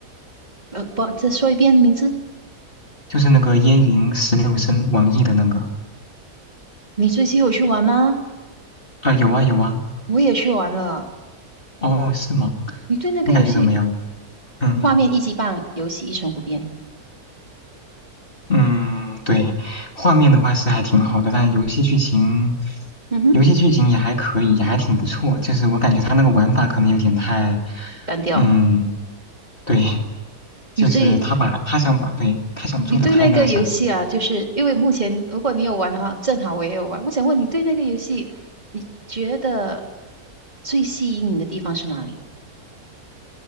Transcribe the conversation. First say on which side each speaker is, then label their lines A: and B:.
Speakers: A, on the right; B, on the left.
A: 呃，不，再说一遍名字，
B: 就是那个烟云十六声，网易的那个。
A: 你最近有去玩吗？
B: 啊、有啊有啊。
A: 我也去玩了。
B: 哦，是吗？
A: 你对那个游戏
B: 你感觉怎么样？嗯
A: 画面一级棒，游戏一成不变。
B: 嗯，对，画面的话是还挺好的，但游戏剧情，
A: 嗯哼，
B: 游戏剧情也还可以，也还挺不错。就是我感觉他那个玩法可能有点太，
A: 单调。
B: 嗯，对，就是他把他想把对他想做的太那啥了。
A: 你对你对那个游戏啊，就是因为目前如果你有玩的话，正好我也有玩。我想问你对那个游戏，你觉得最吸引你的地方是哪里？